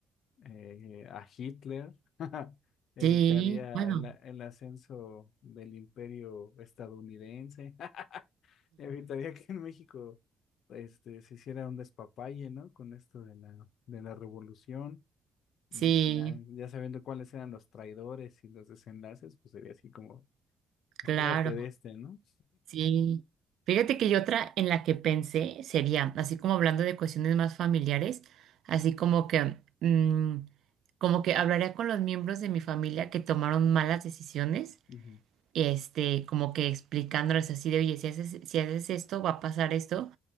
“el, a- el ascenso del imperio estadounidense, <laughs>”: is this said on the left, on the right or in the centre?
Left